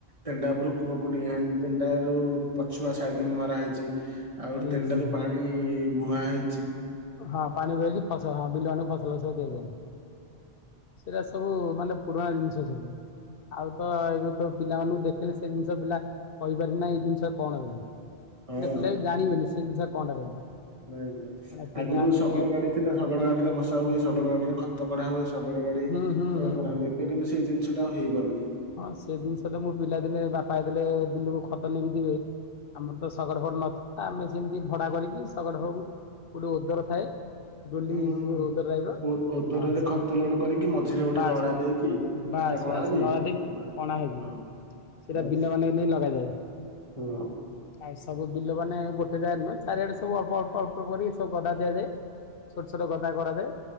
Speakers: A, on the right (about 35°); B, on the left (about 65°).
A: ତେଣ୍ଡା ଉପରୁ କୂଅକୁ ଡିଆଁ ହେଇଛି ତେଣ୍ଡା ଯଉ ପଛୁଆ ସାଇଦନ ମରା ହେଇଛି। ଆଉ
B: ହୁଁ
A: ତେଣ୍ଡା
B: ହୁଁ।
A: ରୁ ପାଣି ବୁହା ହେଇ
B: ହଁ ପାଣି ଭରେଇକି ଫସଲ ହଁ ବିଲ ମାନଙ୍କୁ ଫସଲ ସବୁ ଦିଆଯାଏ। ସେଇଟା ସବୁ ମାନେ ପୁରୁଣା ଜିନିଷ ସେମି ଆଉ ତ ଏବେ ତ ପିଲାମାନଙ୍କୁ ଦେଖିଇଲେ ସେ ଜିନିଷ ପିଲା କହିପାରିବେନି ଏଇ ଜିନିଷ କଣ ବୋଲି।
A: ହଁ
B: ନା ପିଲା ବି ଜାଣିବେନି ସେ ଜିନିଷ କଣ ଟା ବୋଲି।
A: ନାଇଁ ତ
B: ମାନେ ପିଲା
A: ଆଗରୁ
B: ଆମେ
A: ଶଗଡ ଗାଡି ଥିଲା। ଶଗଡ ଗାଡିରେ ବସା ହୁଏ। ଶଗଡ ଗାଡିରେ ଖତ କଢା ହୁଏ। ଶଗଡ ଗାଡି
B: ହୁଁ ହୁଁ
A: କ
B: ହୁଁ।
A: <unintelligible> କରା ହୁଏ ଏବେ କିନ୍ତୁ ସେ ଜିନିଷ ଟା ଆଉ ହେଇପାରୁନି।
B: ହଁ ସେ ଜିନିଷ ଟା ମୁଁ ପିଲାଦିନେ ବାପା ଥିଲେ ବିଲକୁ ଖତ ନେଇକି ଯିବେ। ଆମର ତ ଶଗଡ଼ ଫଗଡ ନଥିଲା। ଆମେ ସେମିତି ଭଡା କରିକି ଶଗଡ଼ ଫଉ କୋଉଟୁ ଉଦର ଥାଏ। ଡୁଲି
A: ହୁଁ
B: ଯୋଉ
A: ହୁଁ।
B: <unintelligible> ରହିବ
A: ଓ- ଓଦରରେ
B: ହଁ ସେ
A: ଖତ ଲୋଡ କରିକି ମଝିରେ ଗୋଟେ
B: ବାସ୍
A: ନଡା ଦେଇକି
B: ବାସ୍
A: ତା କଣାରେ
B: ବାସ୍ ନଳ ଦିନ କଣା
A: ବାସ୍।
B: ହେଇକି
A: ହଁ
B: ସେଟା
A: ବାସ୍,
B: ବିଲ ମାନଙ୍କ ନେଇ ଲଗାଯାଏ।
A: ହଁ
B: <unintelligible> ସବୁ ବିଲ ମାନେ ଗୋଟେ ନୁହେଁ ଚାରିଆଡେ ସବ ଅଳ୍ପ ଅଳ୍ପ ଅଳ୍ପ କରିକି ସବୁ ଗଦା ଦିଆଯାଏ। ଛୋଟ ଛୋଟ ଗଦା କରାଯାଏ।